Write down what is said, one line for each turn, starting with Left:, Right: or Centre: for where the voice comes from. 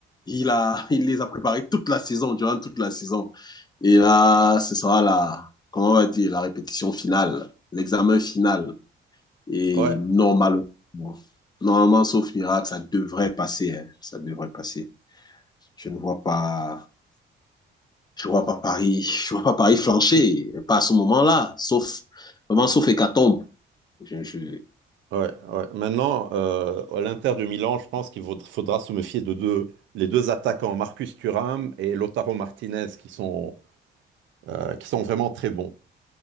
Left: il, a, <laughs> il les a préparés toute la saison, durant toute la saison. Et là, ce sera la, comment on va dire, la répétition finale, l'examen final. Et
Right: Ouais,
Left: normalement, normalement, sauf miracle, ça devrait passer. hein, ça devrait passer. Je ne vois pas, je vois pas Paris, <laughs> je vois pas Paris flancher, pas à ce moment-là, sauf, vraiment, sauf hécatombe. Je, je,
Right: ouais, ouais. Maintenant, euh, à l'Inter de Milan, je pense qu'il vaudra- faudra se méfier de deux, les deux attaquants, Marcus Thuram et Lautaro Martinez, qui sont, euh, qui sont vraiment très bons.